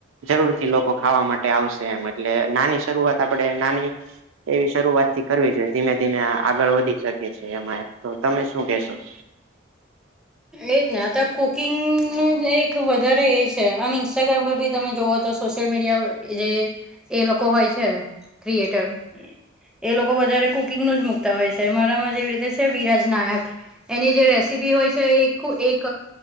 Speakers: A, on the right; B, in the centre.
A: જરૂર થી લોકો ખાવા માટે આવશે એમ એટલે નાની શરૂઆત આપણેે નાની, એવી શરૂઆત થી કરવી જોઈએ ધીમે ધીમે આગળ વધી શકે છે એમાં તો તમે શું કેશો?
B: એજ ને અત્યારે કુકિંગનું એક વધારે એ છે આમ ઇન્સ્ટાગ્રામ પર બી તમે જોવા તો, સોશિયલ મીડિયા જે એ લોકો હોય છે ક્રિએટર, એ લોકો વધારે કુકિંગનું જ મુકતા હોય છે મારામાં જેવી રીતે છે વિરાજ નાયક, એની જે રેસીપી હોય છે. છે એખુદ એક